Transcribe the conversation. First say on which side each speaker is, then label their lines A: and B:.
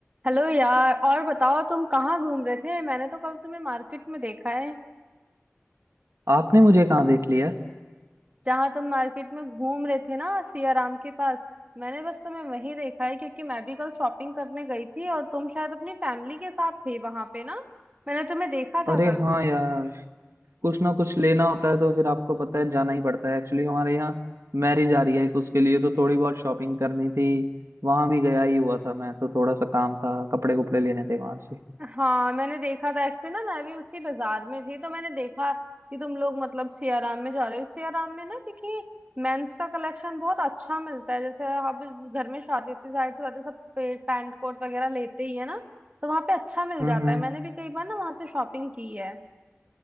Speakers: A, on the right (about 30°); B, on the right (about 80°).
A: हेलो यार और बताओ तुम कहाँ घूम रहे थे मैंने तो कल तुम्हें मार्केट में देखा है
B: आपने मुझे कहाँ देख लिया
A: जहाँ तुम मार्केट में घूम रहे थे ना सियाराम के पास मैंने बस तुम्हें वहीं देखा है क्योंकि मैं भी कल शॉपिंग करने गई थी और तुम शायद अपनी फैमिली के साथ थे वहां पे ना मैंने तुम्हें देखा था
B: अरे
A: कल
B: हाँ यार कुछ ना कुछ लेना होता है तो फिर आपको पता है जाना ही पड़ता है एक्चुअली हमारे यहाँ मैरिज आ रही है एक उसके लिए तो थोड़ी बहुत शॉपिंग करनी थी वहां भी गया ही हुआ था मैं तो थोड़ा सा काम था कपड़े कपड़े लेने थे वहां से
A: हाँ मैंने देखा था एक्चुअली ना मैं भी उसी बाजार में थी तो मैंने देखा कि तुम लोग मतलब सियाराम में जा रहे हो सियाराम में ना क्योंकि मेंस का कलेक्शन बहुत अच्छा मिलता है जैसे अब इस घर में शादी होती है जाहिर सी बात है सब पे- पैंट कोट वगैरह लेते ही है ना तो वहां पे अच्छा मिल
B: हम्म
A: जाता
B: हम्म
A: है मैंने भी कई बार ना वहां से शॉपिंग की है